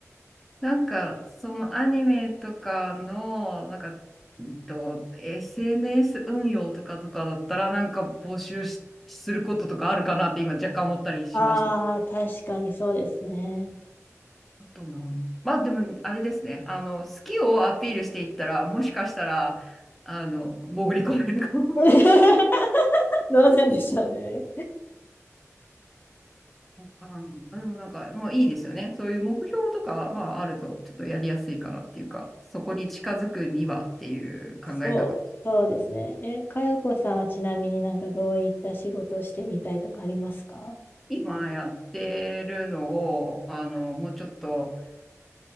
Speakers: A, in the centre; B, on the left (about 40°).
A: なんか、そのアニメとかの、なんか、うんと、SNS 運用とかとかだったら、なんか募集し、することとかあるかなって今若干思ったりしました。
B: ああ、確かにそうですね。
A: あとな、まあでも、あれですね。あの、好きをアピールしていったら、もしかしたら、あの、潜り込めるかも。
B: <laughs> どうなんでしょうね。
A: あのでもなんか、もういいですよね。そういう目標とかはあると、ちょっとやりやすいかなっていうか、そこに近づくにはっていう考え方。
B: そう、そうですね。え、かよこさんはちなみになんかどういった仕事をしてみたいとかありますか
A: 今やってるのを、あの、もうちょっと、